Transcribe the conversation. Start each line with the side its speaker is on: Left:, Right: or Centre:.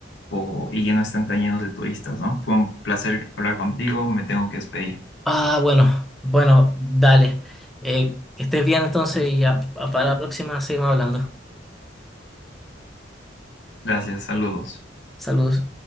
Left: o, y que no están tan llenos de turistas, ¿no? Fue un placer hablar contigo, me tengo que despedir.
Centre: Ah, bueno, bueno, dale. Eh, que estés bien entonces y a- a- para la próxima seguimos hablando.
Left: Gracias, saludos.
Centre: Saludos.